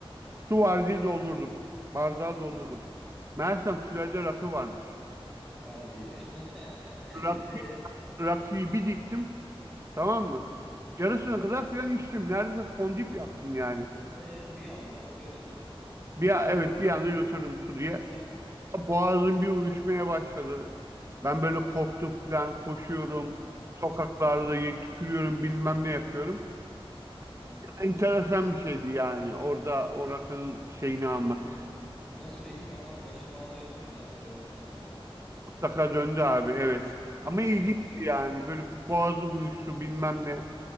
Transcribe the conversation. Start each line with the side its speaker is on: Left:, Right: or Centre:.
Right: su var diye doldurdum. Bardağı doldurdum.
Centre: Heh.
Right: Meğersem sürahide rakı varmış.
Centre: Hadi. <laughs>
Right: Rakı
Centre: E,
Right: Rakibi diktim. Tamam mı?
Centre: hı hı.
Right: Yarısına kadar filan içtim. Neredeyse fondip yaptım yani.
Centre: E, bir anda götürdün.
Right: Bir, a- evet bir anda götürdüm su diye.
Centre: Tamam.
Right: Boğazım bir uyuşmaya başladı. Ben böyle korktum filan koşuyorum.
Centre: Ha,
Right: Sokaklarda ye- tükürüyorum bilmem ne yapıyorum.
Centre: Hı hı.
Right: Enteresan bir şeydi yani. Orada o rakının şeyini almak.
Centre: E nasıl peki kafan başın falan döndü mü yani? Dönmüştür muhakkak.
Right: Mutlaka döndü abi evet. Ama ilginçti
Centre: Yani.
Right: yani. Böyle boğazım uyuştu bilmem ne.